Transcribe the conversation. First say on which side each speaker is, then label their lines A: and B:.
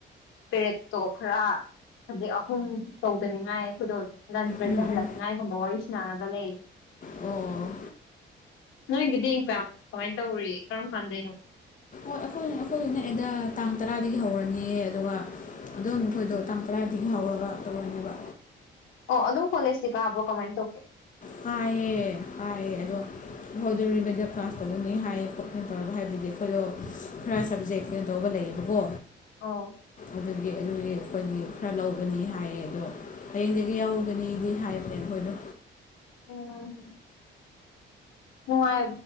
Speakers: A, on the left (about 80°); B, on the left (about 40°).
A: ꯄꯦꯔꯦꯠꯇꯣ ꯈꯔ ꯍꯧꯖꯤꯛ ꯑꯍꯨꯝ ꯇꯧꯗꯅꯤꯉꯥꯏ ꯑꯩꯈꯣꯏꯗꯣ ꯂꯟꯁ ꯕ꯭ꯔꯦꯛꯇ
B: ꯎꯝ
A: ꯍꯜꯂꯛꯅꯤꯉꯥꯏꯒꯨꯝꯕ
B: ꯎꯝ
A: ꯋꯥꯔꯤ ꯁꯅꯔꯒ ꯂꯩꯌꯦ
B: ꯑꯣ
A: ꯅꯣꯏꯒꯤꯗꯤ ꯑꯦꯛꯖꯥꯝ ꯀꯃꯥꯏꯅ ꯇꯧꯔꯤ ꯀꯔꯝ ꯀꯥꯟꯗꯩꯅꯣ
B: ꯍꯣꯏ ꯑꯩꯈꯣꯏ ꯑꯩꯈꯣꯏ ꯅꯛꯑꯦꯗ ꯇꯥꯡ ꯇꯔꯥꯗꯒꯤ ꯍꯧꯔꯅꯤ ꯑꯗꯨꯒ ꯑꯗꯣ ꯃꯈꯣꯏꯗꯣ ꯇꯥꯡ ꯇꯔꯥꯗꯒꯤ ꯍꯧꯔꯒ ꯇꯧꯔꯅꯦꯕ
A: ꯑꯣ ꯑꯗꯨꯝ ꯀꯣꯂꯦꯖꯇꯤ ꯀꯥꯕ꯭ꯔꯣ ꯀꯃꯥꯏꯅ ꯇꯧꯒꯦ
B: ꯀꯥꯏꯌꯦ ꯀꯥꯏꯌꯦ ꯑꯗꯣ ꯐꯥꯎꯗꯔꯤꯕꯗ ꯀ꯭ꯂꯥꯁ ꯇꯧꯒꯅꯤ ꯍꯥꯏꯌꯦ ꯈꯣꯠ ꯀꯩꯅꯣ ꯇꯧꯔꯒ ꯍꯥꯏꯕꯗꯤ ꯑꯩꯈꯣꯏꯗꯣ ꯈꯔ ꯁꯕꯖꯦꯛ ꯀꯩꯅꯣ ꯇꯧꯕ ꯂꯩꯌꯦꯕꯀꯣ
A: ꯑꯥꯎ
B: ꯑꯗꯨꯒꯤ ꯑꯗꯨꯒꯤ ꯑꯩꯈꯣꯏꯒꯤ ꯈꯔ ꯂꯧꯕꯅꯤ ꯍꯥꯏꯌꯦ ꯑꯗꯣ ꯍꯌꯦꯡꯗꯒꯤ ꯌꯥꯎꯒꯅꯤꯗꯤ ꯍꯥꯏꯕꯅꯦ ꯑꯩꯈꯣꯏꯗꯣ
A: ꯎꯝ ꯅꯨꯡꯉꯥꯏ